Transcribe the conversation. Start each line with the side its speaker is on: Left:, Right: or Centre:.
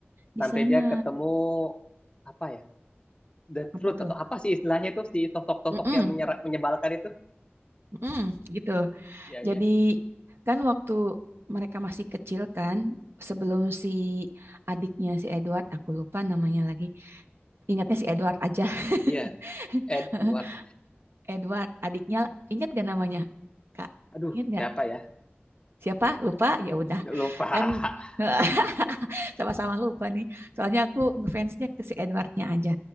Right: di
Left: Sampai
Right: sana
Left: dia ketemu apa ya? The
Right: apa
Left: Truth
Right: tuh?
Left: atau apa sih istilahnya itu si sosok-sosok
Right: Mm-mm,
Left: yang menyera- menyebalkan itu?
Right: mm-mm, gitu.
Left: Iya, iya.
Right: Jadi kan waktu mereka masih kecil kan sebelum si adiknya si Edward aku lupa namanya lagi. Ingatnya si Edward aja. <laughs>
Left: Iya, Edward.
Right: Edward, adiknya ingat gak namanya? Kak,
Left: Aduh,
Right: ingat
Left: siapa
Right: gak?
Left: ya?
Right: Siapa? Lupa? Ya udah.
Left: Lupa. <laughs>
Right: Kan <laughs> sama-sama lupa nih. Soalnya aku ngefansnya ke si Edwardnya aja.